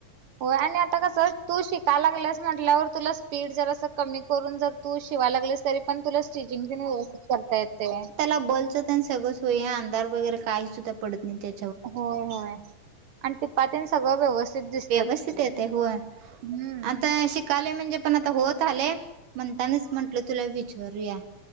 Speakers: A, on the right; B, on the right.
A: होय आणि आता कसं तू शिकायला गेलस म्हटल्यावर तुला स्पीड जर अस कमी करून जर तू शिवाय लागलीस तरी पण तुला स्टिचिंग पण व्यवस्थित करता येतयं.
B: बोलचंद. सगळं सोय अंधार वगैरे काही सुद्धा पडत नाही त्या
A: होय.. होय... आणि टिपा तेन सगळं व्यवस्थित दिसतात
B: व्यवस्थित येतयं होयं
A: हम्म
B: आता शिक शिकलोय म्हणजे पण आता होत आलयं म्हणताच म्हंटलं तुला विचारूया.